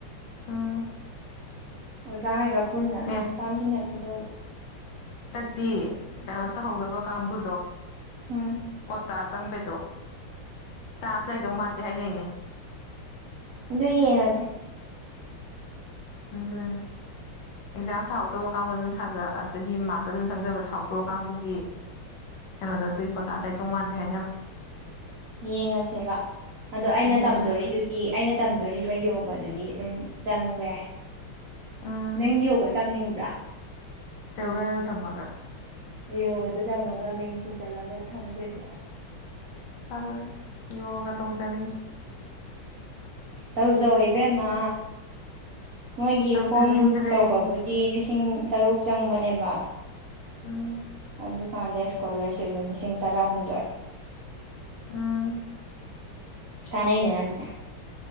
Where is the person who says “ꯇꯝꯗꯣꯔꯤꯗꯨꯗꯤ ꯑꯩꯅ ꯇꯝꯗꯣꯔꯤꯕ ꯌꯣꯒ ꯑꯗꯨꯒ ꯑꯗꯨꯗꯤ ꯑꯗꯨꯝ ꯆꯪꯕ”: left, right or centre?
Right